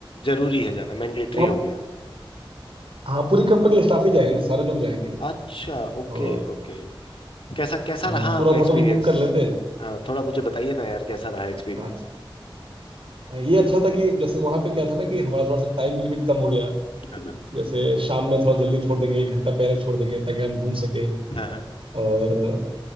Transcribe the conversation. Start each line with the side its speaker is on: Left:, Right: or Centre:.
Left: जरूरी है जाना मैंडेटरी
Right: तो आप
Left: हो गया
Right: हाँ पूरी कंपनी स्टाफ ही जाएगा ना सारे लोग जाएंगे
Left: अच्छा ओके
Right: और
Left: ओके कैसा कैसा
Right: हाँ,
Left: रहा
Right: पूरा
Left: आपका एक्सपीरियंस
Right: होटल बुक कर लेते हैं
Left: हाँ थोड़ा मुझे बताइए ना यार कैसा रहा एक्सपीरियंस
Right: हाँ, ये अच्छा था कि जैसे वहां पे क्या था ना कि हमारा थोड़ा सा टाइम लिमिट कम हो गया
Left: हाँ
Right: जैसे शाम में थोड़ा जल्दी छोड़ देंगे एक घंटा पहले छोड़ देंगे ताकि हम घूम सके
Left: हाँ
Right: और